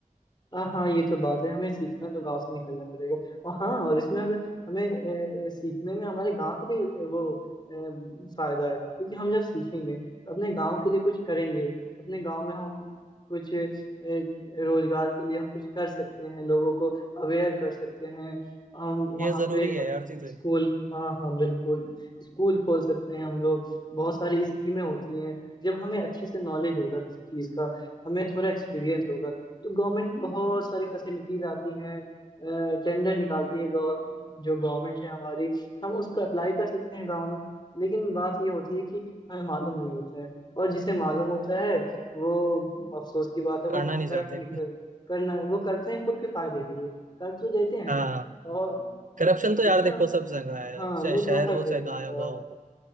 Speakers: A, on the left; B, on the right.
A: आ, हाँ ये तो बात है हमें सीखना तो गांव से निकलना पड़ेगा और हाँ और इसमें अगर हमें अ, सीखने में हमारे गांव का भी अ, वो अ, फायदा है क्योंकि हम जब सीखेंगे तो अपने गांव के लिए कुछ करेंगे अपने गांव में हम कुछ अ, रोजगार के लिए हम कुछ कर सकते हैं लोगों को अवेयर कर सकते हैं हम वहाँ
B: ये जरूरी
A: पे
B: है
A: अपने
B: यार चीजें
A: स्कूल हाँ हाँ बिल्कुल स्कूल खोल सकते हैं हम लोग बहुत सारी स्कीमें होती हैं जब हमें अच्छे से नॉलेज होगा किसी चीज़ का हमें थोड़ा एक्सपीरियंस होगा तो गवर्नमेंट बहुत सारी फैसिलिटीज आती हैं टेंडर निकालती है गव- जो गवर्नमेंट है हमारी हम उसको अप्लाई कर सकते हैं गांव में लेकिन बात ये होती है कि हमें मालूम नहीं होता है और जिसे मालूम होता है वो अफसोस की बात है वो
B: करना नहीं
A: करप्ट
B: चाहते
A: निकल करना वो करते हैं खुद के फायदे
B: <laughs>
A: के लिए कर तो देते हैं
B: हाँ
A: और
B: करप्शन तो
A: जितना
B: यार देखो सब जगह है
A: हाँ
B: चाहे
A: वो
B: शहर
A: तो हर
B: हो
A: जगह
B: चाहे गाँव
A: है यार
B: गाँव हो